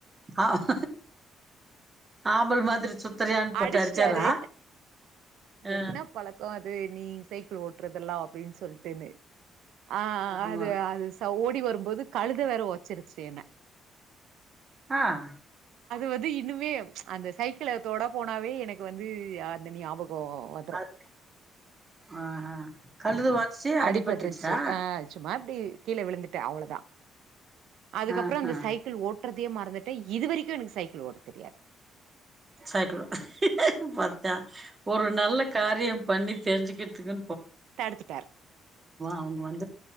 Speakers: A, on the right (about 20°); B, on the right (about 85°).
A: ஆஹ். ஆம்பல் மாதிரி சுத்துறியான்னு
B: அடிச்சிட்டாரு
A: போட்டு அடிச்சாரா ஆ
B: என்ன பழக்கம் அது நீ ச <unintelligible> ட்ரதெல்லா அப்டின்னு சொல்ட்டுன்னு ஆஹ்
A: ஆ ஆமா
B: அது அது ச ஓடி வரு போது கழுத வேற ஒதச்சிருச்சு என்ன.
A: ஆஹ்.
B: வது இ இன்னுமே அந்த சைக்கிள ங்க போனாவே எனக்கு வந்து ஹ அந்த ஞாபகம் வந்துரும்.
A: அது ஆஹா கழுத வச்சு
B: அடிபட்டுருச்சு
A: அடிபட்டுச்சா
B: ஆஹ் சும்மா அப்படி கீழே விழுந்துட்டே அவ்வளவுதா அதுக்கப்புறம்
A: ஆஹா
B: அந்த சைக்கிள் ஓட்டுறது தை மறந்துட்ட இது வரைக்கும் எனக்கு சைக்கிள் ஓட்ட தெரியாது.
A: சைக்கிள் பாத்தா ஒரு நல்ல காரியம் பண்ணி தெரிஞ்சுக்கிட்டுக்கு
B: தடுத்துட்டரு
A: அவங்க வந்து